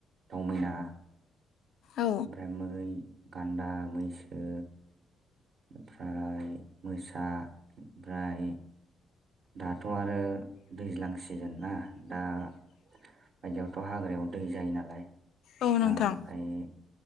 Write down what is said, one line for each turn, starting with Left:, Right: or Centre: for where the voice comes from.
Right: दउ मैना
Left: औ
Right: ओमफ्राय मै गान्दा मैसो ओमफ्राय मोसा ओमफ्राय दाथ' आरो दैज्लां सिजोन ना दा बायदियावथ' हाग्रायाव दै जायो नालाय
Left: औ नोंथां
Right: दा ओमफ्राय